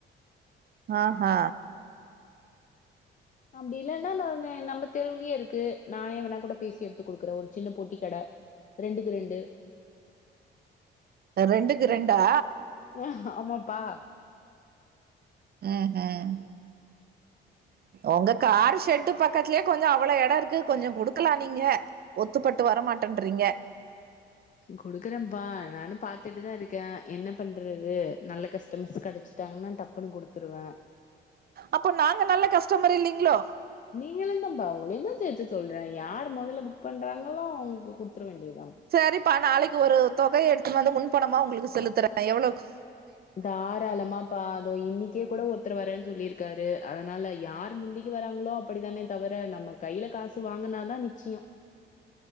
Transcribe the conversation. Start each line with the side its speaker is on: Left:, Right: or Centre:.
Right: ஆ ஹ
Left: அப்டி இல்லன்னா நானு நம்ம தெருவிலயே இருக்கு நானே வேணா கூட பேசி எடுத்து குடுக்குறே ஒரு சின்ன பொட்டி கட ரெண்டுக்கு ரெண்டு
Right: ரெண்டுக்கு ரெண்டா
Left: ஆ ஆமாப்பா
Right: ம் ம் உங்க கார் ஷெட்டு பக்கத்தலயே கொஞ்ச அவ்ளோ எட இருக்கு கொஞ்ச கொடுக்கலா நீங்க ஒத்துப்பட்டு வர மாட்டேன்றீங்க
Left: குடுக்குறேன்ப்பா நானும் பாத்துட்டுதா இருக்கே என்ன பண்றது நல்ல கஸ்டமர்ஸ் க டைச்சிட்டாங்கனா டப்புனு குடுத்துருவே
Right: அப்போ நாங்க நல்ல கஸ்டமர் இல்லீங்களோ
Left: நீங்களு தான்ப்பா உங்களையுந்தா சேத்து சொல்றே யாரு மொதல்ல புக் பண்றாங்களோ அவுங்களுக்கு குடுத்துட வேண்டியது
Right: செரிப்பா நாளைக்கு ஒரு தொகையை எடுத்துனு வந்து முன்பணமா உங்களுக்கு செலுத்துறே எவ்ளோக்கு
Left: தாராளமா பா தோ இன்னைக்கே கூட ஒருத்தர் வரேனு சொல்லியிருக்காரு அதுனால யார் முந்திக்கு வராங்களோ அப்டித்தானே தவர நம்ம கைல காசு வாங்கனாதா நிச்சயோ